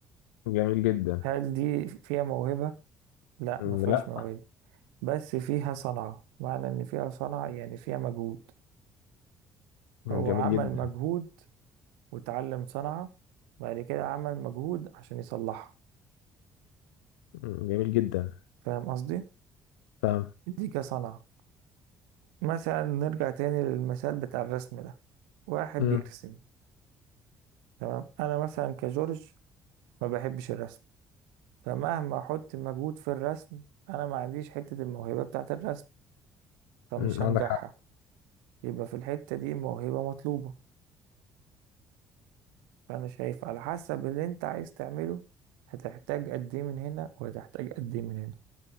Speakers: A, on the left; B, on the right.
A: جميل جدا
B: هل دي فيها موهبة لا
A: أمم،
B: ما فيهاش
A: لا
B: موهبة بس فيها صنعة معنى ان فيها صنعة يعني فيها مجهود
A: أمم،
B: هو
A: جميل
B: عمل
A: جدا
B: مجهود وتعلم صنعة بعد كده عمل مجهود عشان يصلحها
A: أمم، جميل جدا
B: فاهم قصدي
A: فاهم
B: دي كصنعة مثلا نرجع تاني للمثال بتاع الرسم ده واحد
A: أمم،
B: بيرسم تمام انا مثلا كجورج ما بحبش الرسم فمهما احط مجهود في الرسم انا ما عنديش حتة الموهبة بتاعة الرسم فمش
A: أمم،
B: هنجحها
A: عندك حق
B: يبقى في الحتة دي موهبة مطلوبة فانا شايف على حسب اللي انت عايز تعمله هتحتاج قد ايه من هنا وهتحتاج قد ايه من هنا